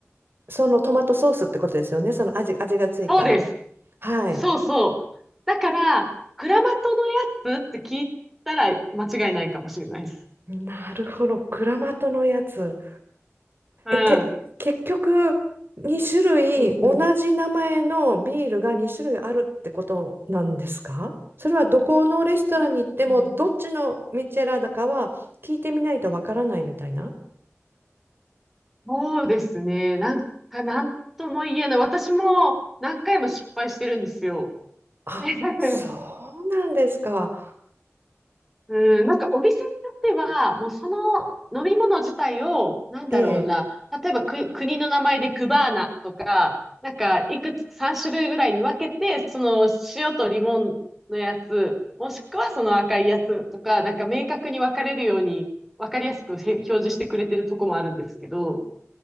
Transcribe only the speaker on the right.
そのトマトソースってことですよね。その味、味がついた。
はい。
なるほど。クラマトのやつ。
え、け、結局、2種類、
同じ名前のビールが2種類あるってことなんですかそれはどこのレストランに行っても、
どっちのミチェラだかは聞いてみないとわからないみたいな
あ、
そうなんですか。
ええ。